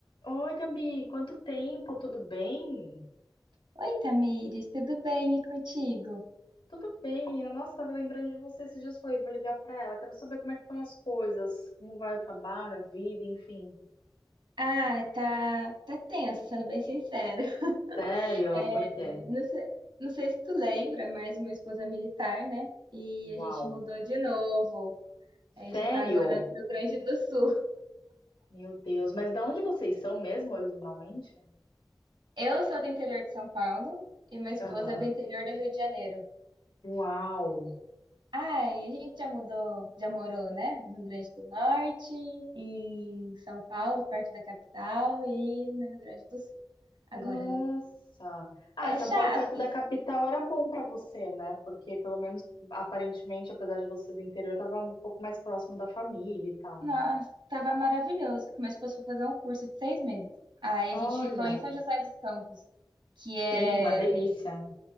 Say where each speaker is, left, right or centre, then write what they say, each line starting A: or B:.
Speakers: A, on the left; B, on the right.
A: Oi, Gabi, quanto tempo? Tudo bem?
B: Oi, Tamires, tudo bem e contigo?
A: Tudo bem, menina. Nossa, tava lembrando de você esses dias. Falei, vou ligar pra ela. Quero saber como é que estão as coisas, como vai o trabalho, a vida, enfim.
B: Ah, tá, tá tenso, sendo bem sincera. <laughs>
A: Sério?
B: É,
A: Por quê?
B: não sei, não sei se tu lembra, mas minha esposa é militar, né? E
A: Uau.
B: a gente mudou de novo. A gente
A: Sério?
B: tá agora no Rio Grande do Sul.
A: Meu Deus. Mas de onde vocês são mesmo, originalmente?
B: Eu sou do interior de São Paulo e minha esposa
A: Aham.
B: é do interior do Rio de Janeiro.
A: Uau.
B: Ai, a gente já mudou, já morou, né? No Rio Grande do Norte, em São Paulo, perto da capital, e no Rio Grande do Sul, agora,
A: Nossa.
B: né?
A: Ah,
B: É
A: São
B: chato.
A: Paulo perto da capital era bom pra você, né? Porque pelo menos aparentemente, apesar de você do interior, tava um pouco mais próximo da família e tal,
B: Nossa,
A: né?
B: tava maravilhoso. que Meu esposo foi fazer um curso de seis meses. Aí
A: Olha.
B: a gente ficou em São José dos Campos, que é
A: Sim, uma delícia.